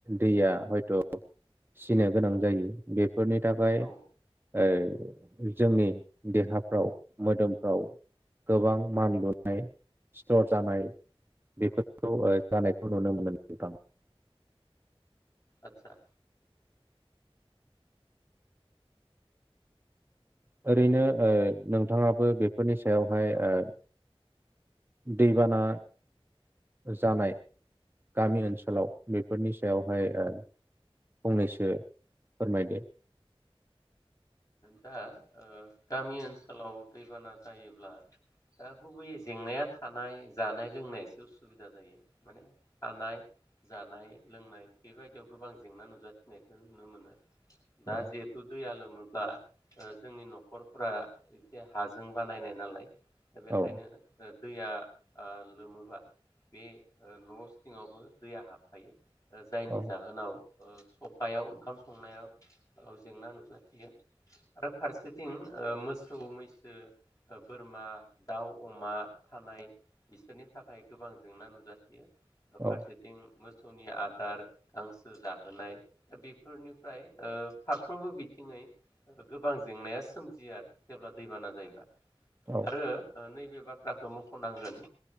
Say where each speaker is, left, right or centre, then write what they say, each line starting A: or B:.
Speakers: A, on the right (about 20°); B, on the left (about 35°).
A: दैया हयथ' सिनो गोनां जायो बे फोरनि थाखाय
B: औ
A: ओ जोंनि देहाफ्राव मोदोमफ्राव गोबां मानलुनाय सिथर जानाय बेफोरखौ ओ जानायखौ नुनो मोनो नोंथां।
B: आथसा
A: ओरैनो ओ नोंथाङाबो बेफोरनि सायावहाय ओ दैबाना जानाय गामि ओनसोलाव बेफोरनि सायावहाय ओ फंनैसो फोरमायदो।
B: दा ओ गामि ओनसोलाव दैबाना जायोब्ला दा गुबैयै जेंनाया थानाय जानाय लोंनाय एसे उसुबिदा जायो। माने थानाय जानाय लोंनाय बेबायदियाव गोबां जेंना नुजाथिनायखौ नुनो मोनो। दा
A: औ
B: जिहेथु दैया लोमो ब्ला ओ जोंनि न'खरफोरा एसे हाजों बानायनाय नालाय। दा बेखायनो
A: औ
B: ओ दैया ओ लोमोबा बे ओ न' सिङावबो दैया हाबफायो। ओ जायनि
A: औ
B: जाहोनाव सफायाव ओंखाम संनायाव जेंना नुजाथियो आरो फारसेथिं मोसौ मैसो बोरमा दाउ अमा थानाय बिसोरनि थाखाय गोबां जेंना नुजाथियो। फारसेथिं
A: औ
B: मोसौनि आदार गांसो जाहोनाय बेफोरनिफ्राय फारफ्रोमबो बिथिंङै गोबां जेंनाया सोमजियो आरो जेब्ला दैबाना जायोब्ला
A: औ
B: आरो नैबे बाथ बाथ्राखौ मखनांगोन